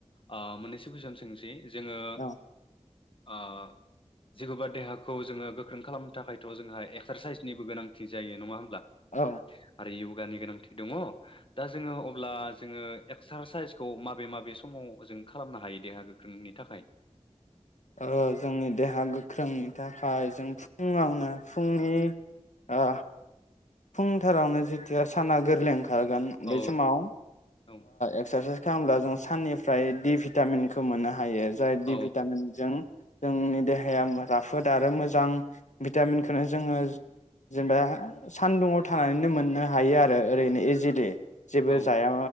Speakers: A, on the left (about 45°); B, on the left (about 80°).
A: आ मोननैसो कुइसन सोंनोसै जोङो
B: औ
A: आ जिखौबा देहाखौ जोङो गोख्रों खालामनो थाखायथ जोंहा एक्सारसाइस निबो गोनांथि जायो नङा होमब्ला
B: औ
A: इयुगानि गोनांथि दङ दा जोङो अब्ला जोङो एक्सारसाइसखौ माबे माबे समाव जों खालामनो हायो देहा गोख्रोंनि थाखाय
B: ओ जोंनि देहा गोख्रोंनि थाखाय जों फुङावनो फुंनि आ फुंथारावनो जेथिया साना गोरलै ओंखा खारगोन
A: औ
B: बे समाव
A: औ
B: एक्सारसाइस खालामब्ला जों साननिफ्राय दि भिटामिनखौ मोननो हायो। जाय
A: औ
B: दि भिटामिनजों जोंनि देहाया राफोद आरो मोजां भिटामिनखौनो जोङो जेनेबा सानदुङाव थानानैनो मोननो हायो आरो ओरैनो इजिलि जेबो
A: औ
B: जाया